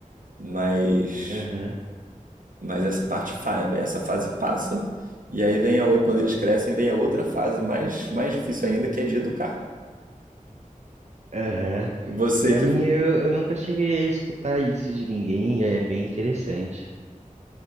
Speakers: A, on the right; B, on the right.
A: mas,
B: aham,
A: mas essa parte, fa- essa fase passa. E aí vem a, ou- quando eles crescem, vem a outra fase mais, mais difícil ainda, que é de educar.
B: aham.
A: Você
B: Pra
A: que,
B: mim,
A: é,
B: eu, eu nunca cheguei a escutar isso de ninguém, e é bem interessante.